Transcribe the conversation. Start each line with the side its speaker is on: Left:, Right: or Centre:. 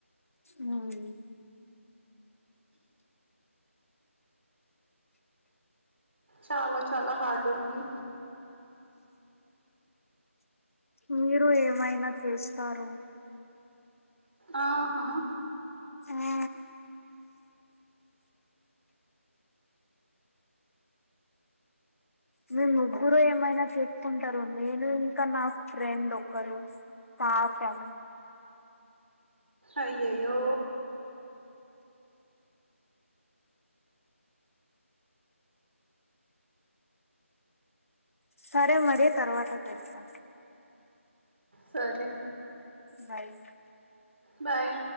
Left: ఉహు
Right: చాలా చాలా హార్డ్ ఉంది
Left: మీరు ఏమైనా తీస్తారు
Right: ఆహా
Left: ఆ మీ ముగ్గురు ఏమైనా తీసుకుంటారు నేను ఇంకా నా ఫ్రెండ్ ఒకరు పాపం
Right: అయ్యో అయ్యో
Left: సరే మరి తర్వాత తేస్తా
Right: సరే
Left: బైక్
Right: బాయ్